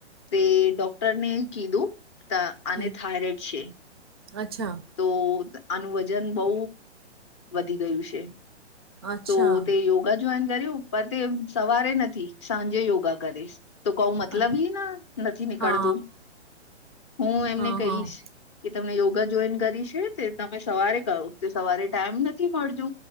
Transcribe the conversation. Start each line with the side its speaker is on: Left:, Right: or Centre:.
Left: તે ડોક- ટરને કીધું આને
Right: હમ
Left: થાયરોઈડ છે.
Right: અચ્છા
Left: તો આનું વજન બઉ વધી ગયું છે
Right: અચ્છા
Left: તો તે યોગ યોગા જોઈન કર્યું પર તે સવારે નથી, સાંજે યોગા કરીશ. તો કઉ મતલબ
Right: અ-
Left: એ ના નથી નીકળતું,
Right: હા
Left: હું એમને
Right: હા
Left: કહીશ.
Right: હા
Left: કે તમને યોગા જોઈન કરી છે તે તમે સવારે કહો સવારે ટાઈમ નથી મળજુ